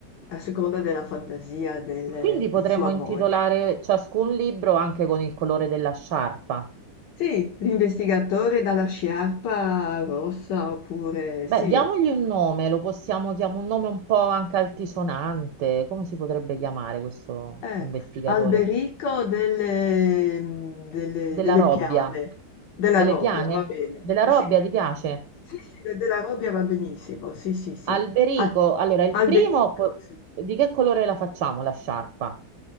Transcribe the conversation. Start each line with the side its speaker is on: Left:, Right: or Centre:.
Left: a seconda della fantasia del-
Right: Quindi potremmo
Left: di sua
Right: intitolare
Left: moglie.
Right: ciascun libro anche con il colore della sciarpa.
Left: Sì, l'investigatore dalla sciarpa rossa oppure
Right: Beh,
Left: sì,
Right: diamogli un nome, lo possiamo chiamare un nome un po' anche altisonante. Come si potrebbe chiamare questo
Left: eh,
Right: investigatore?
Left: Alberico delle, mm, delle-
Right: Della
Left: delle
Right: Robbia.
Left: Piane, della
Right: Delle
Left: Robbia,
Right: piane?
Left: va bene.
Right: Della
Left: Sì,
Right: Robbia,
Left: per-
Right: ti piace?
Left: sì, sì, de- della Robbia va benissimo, sì, sì, sì.
Right: Alberico.
Left: Ah,
Right: Allora, il
Left: Alberico,
Right: primo, po-
Left: sì.
Right: di che colore la facciamo la sciarpa?